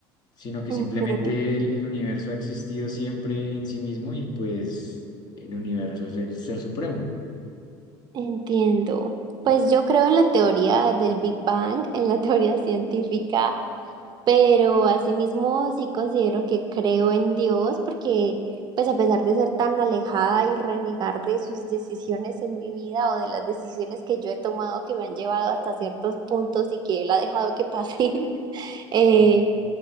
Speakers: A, on the left; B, on the right.
A: sino que simplemente
B: Ujú,
A: el, el universo ha existido siempre en sí mismo y pues el universo es el ser supremo.
B: Entiendo. Pues yo creo en la teoría del Big Bang, en la <laughs> teoría científica, pero asimismo sí considero que creo en Dios porque pues a pesar de ser tan alejada y renegar de sus decisiones en mi vida o de las decisiones que yo he tomado que me han llevado hasta ciertos puntos y que Él ha dejado que pasen, <laughs> eh,
A: Ok.